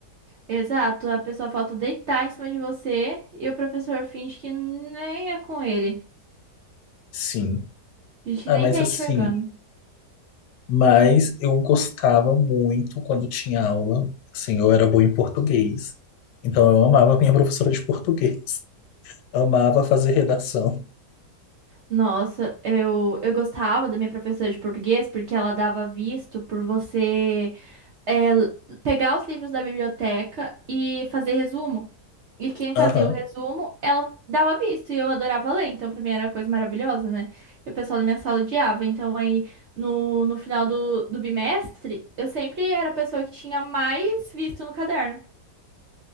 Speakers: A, on the right; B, on the left.
A: Exato, a pessoa falta deitar em cima de você e o professor finge que nem é com ele.
B: Sim.
A: A gente
B: Ah,
A: nem
B: mas
A: tá
B: assim,
A: enxergando.
B: Mas eu gostava muito quando tinha aula. Assim, eu era bom em português. Então eu amava a minha professora de português. Amava fazer redação.
A: Nossa, eu, eu gostava da minha professora de português porque ela dava visto por você. é, pegar os livros da biblioteca e fazer resumo. E quem fazia
B: Aham.
A: o resumo, ela dava visto e eu adorava ler, então pra mim era uma coisa maravilhosa, né? E o pessoal da minha sala odiava. Então aí no, no final do, do bimestre, eu sempre era a pessoa que tinha mais visto no caderno.